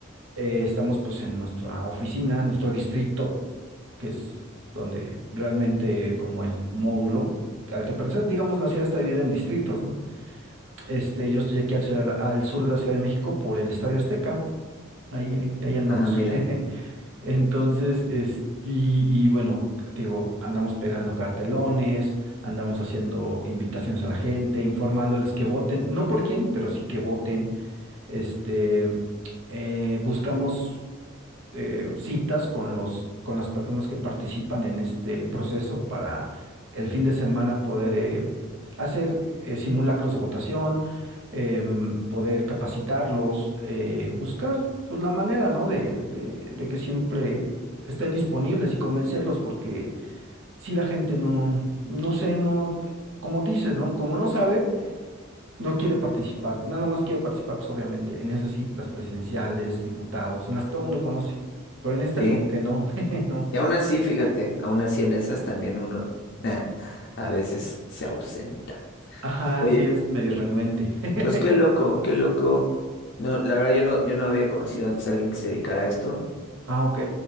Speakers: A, on the right; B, on the left.
A: Eh, estamos pues en nuestra oficina, en nuestro distrito, que es donde realmente como el módulo al que pertenece, digamos, la ciudad está dividida en distritos, ¿no? Este, yo estoy aquí al sur, al sur de la Ciudad de México por el Estadio Azteca. Ahí, ahí, ahí andamos.
B: Ah, mira,
A: <laughs> Entonces, es, y, y bueno, te digo, andamos pegando cartelones, andamos haciendo invitaciones a la gente, informándoles que voten, no por quién, pero sí que voten. Este, eh, buscamos eh, citas con los, con las personas que participan en este proceso para el fin de semana poder eh, hacer eh, simulacros de votación, em, poder capacitarlos, eh, buscar pues, la manera, ¿no? de, de de que siempre estén disponibles y convencerlos, porque si la gente no, no sé, no, como dices, ¿no? Como no sabe. No quiere participar, nada más quiere participar, pues obviamente, en esas sí, las presidenciales, diputados, en las que todo el mundo conoce. Pero en esta
B: sí.
A: como que no, <laughs> no.
B: Y aún así, fíjate, aún así en esas también uno <laughs> a veces se ausenta.
A: Ajá,
B: Oye,
A: sí es medio renuente. <laughs>
B: pues qué loco, qué loco. No, la verdad yo no, yo no había conocido antes a alguien que se dedicara a esto,
A: Ah, ok.